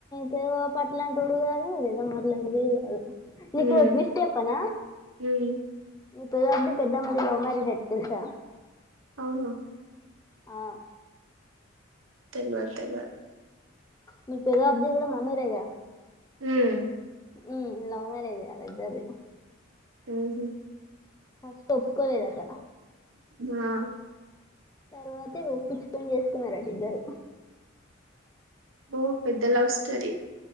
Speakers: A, on the left; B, on the right.
A: పెద్దబాపు పట్లంటోడు కాదు పెద్దమ్మ మాట్లాంటిదిగాదు నీకు
B: ఉమ్
A: ఓ ట్విస్ట్ చెప్పన
B: ఉమ్
A: పెద్ద బాపు ది పెద్దమ్మ ది లవ్ మ్యరేజ్ అట తేలుసా
B: అవున
A: ఆ
B: తెల్వది తెల్వది
A: మీ పెద్దబాపు ది కూడా మనురేగ
B: హ
A: ఉ లవ్ మ్యారేజ్ అల్ ఇద్దరిది
B: అహ
A: ఫస్ట్ ఒప్పుకోలేదాట
B: ఆ
A: తర్వాతే ఒప్పించుకొని చేసుకున్నారట ఇద్దరు
B: ఓ పెద్ద లవ్ స్టోరి